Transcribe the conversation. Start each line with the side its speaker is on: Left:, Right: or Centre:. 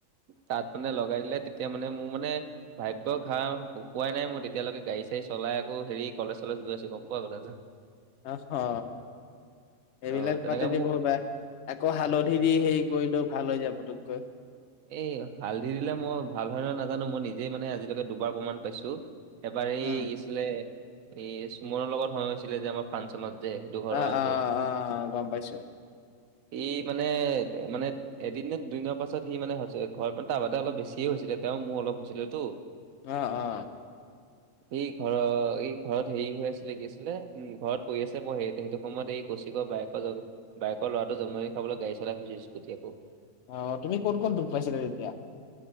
Right: তাত মানে লগাই দিলে তেতিয়া মানে মো মানে ভাগ্য ঘাঁ শুকোৱা নাই মই তেতিয়ালৈকে গাড়ী চাড়ী চলাই আকৌ হেৰি কলেজ চলেজ গৈ আছো গম পোৱা কথাটো
Left: অ হ এইবিলাক
Right: অ', তেনেকে
Left: পাতেদি
Right: মোৰ
Left: বৰ বেয়া আকৌ হালধি দি হেৰি কৰিলেও ভাল হৈ যায় পুটুককৈ
Right: এই হালধি দিলে মই ভাল হয় নহয় নাজানো মই নিজেই মানে আজিলৈকে দুবাৰ প্ৰমাণ পাইছো এবাৰ এই
Left: উম
Right: কি আছিলে এই চুমনৰ লগত হৈছিলে যে আমাৰ ফাংচনত যে সেইটো ঘটনাটো,
Left: অ অ অ গম পাইছো
Right: ই মানে মানে এদিন নে দুদিনত তাৰপাছত সি মানে হৈছে ঘৰত মানে তাহাত অলপ বেছিয়ে হৈছিলে তেওঁ মোৰ অলপ হৈছিলে তো,
Left: অ অ
Right: এই ঘৰ এই ঘৰত হেৰি হৈ আছিলে কি আছিলে উম ঘৰত পৰি আছে মই সে সেইটো সময়ত এই, গুচি গৈ বাইকৰ বাইকৰ লৰাটো জন্ম দিন খাবলৈ গাড়ী চলাই ফুৰিছে স্কুটি আকৌ
Left: অ তুমি কত কত দুখ পাইছিলা তেতিয়া